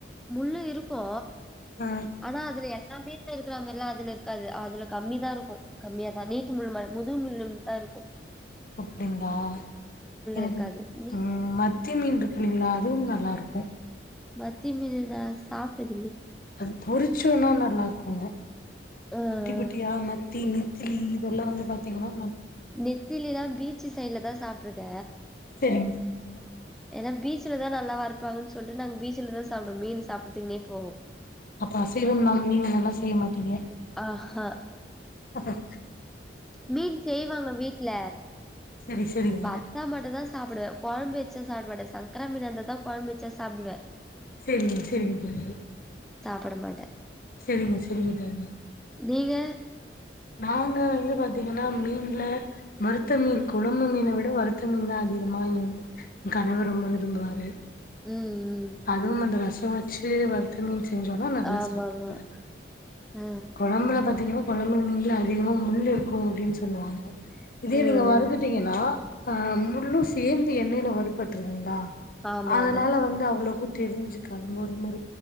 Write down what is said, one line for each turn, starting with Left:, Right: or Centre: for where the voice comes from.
Centre: முள்ளு இருக்கோ
Left: ஆ
Centre: ஆனா அதுல எ நா வீ ல இருக்கிற மாரி எல்லா அதுல இருக்காது, அதுல கம்மிதா இருக்கு கம்மியாதா நீட்டு முள்ளு முதுகு முள்ளுதா இருக்கு
Left: அப்படிங்களா, எனக்கு
Centre: இருக்காது. மி
Left: ம் மத்தி மீன் இருக்கு இல்லீங்களா அதுவும் நல்லா இருக்கு
Centre: மத்தி மீனு நா சாப்ட்டுரு
Left: அது புரி சுன்னா நல்லாருக்குங்க
Centre: அ, அ.
Left: குட்டி குட்டியா மத்தீனு த்திலி இதெல்லா வந்து பாத்தீங்கனா
Centre: நெத்திலினா பீச்சு சைட்ல தா சாப் ட்டுருக்க
Left: செரிங்க செரிங்க
Centre: ஏன்னா பீச்சுல தா நல்லாவா இருப்பாகன்னு சொல்ட்டு நாங்க பீச்சுல தா சாப்புடுவோ மீன் சாப்டுதுக்குன்னே போவோ
Left: அப்ப அசைவம் நாளுமே மீனெல்லா செய்யமாட்டீங்க.
Centre: ஆஹா
Left: அஹ
Centre: மீன் செய்வாங்க வீட்ல,
Left: செரி செரிங்க
Centre: வறுத்தா மட்டுதா சாப்பிடுவே. கொழம்பு வச்சா சாப்புட மாட்டே, சங்கரா மீனா இருந்தா தா கொழம்பு வச்சு சாப்புடுவே.
Left: செரிங்க, செரிங்க தோழி
Centre: போட மாட்டே
Left: செரிங்க செரிங்க தோழி
Centre: நீங்க
Left: நாங்க வந்து பாத்தீங்கன்னா மீன்ல மருத்த மீன் கொழம்பு மீன விட வருத்த மீன் தா அதிகமா இ கணவர் ரொம்ப விரும்புவாரு
Centre: ம் ம்
Left: அதுவூ அந்த ரசம் வெச்சு வருத்த மீன் செஞ்சோனா நல்லா
Centre: ஆமாமா
Left: சாப்ட் <inaudible>
Centre: ஆ
Left: கொழம்புல பாத் திங்கமா கொழம்பு மீன்லே அதிகமா முள்ளு இருக்கோ அப்டின் சொல்லுவாங்கே இதே
Centre: ஆ ம்
Left: நீங்கே வருத்துட்டீங்கனா ஆ முள்ளூ சேந்து எண்ணெயிலே வருபற்றுதுங்ளா
Centre: ஆமாமா
Left: அதனாலே வந்து அவ்ளோ புது தெரிஞ்சுக்காது மொருமொரு